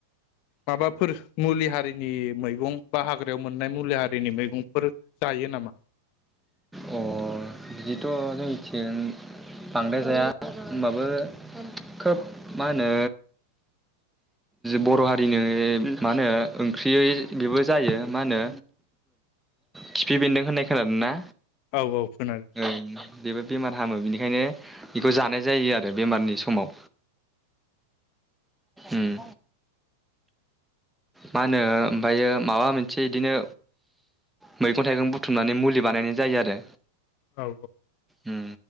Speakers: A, on the left (about 35°); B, in the centre.
A: माबाफोर मुलि हारिनि मैगं बा हाग्रायाव मोननाय मुलि हारिनि मैगंफोर जायो नामा?
B: अ बिदिथ' जोंनिथिं बांद्राय जाया होनबाबो खोब मा होनो बर' हारिनि मा होनो ओंख्रियै बेबो जायो मा होनो खिफि बेन्दों होननाय खोनादों ना?
A: औ औ खोनाद
B: ओं बेबो बेमार हामो बिनि खायनो बेखौ जानाय जायो आरो बेमारनि समाव। उम मा होनो ओमफायो माबा मोनसे इदिनो मैगं थाइगं बुथुमनानै मुलि बानायनाय जायो आरो
A: औ
B: उम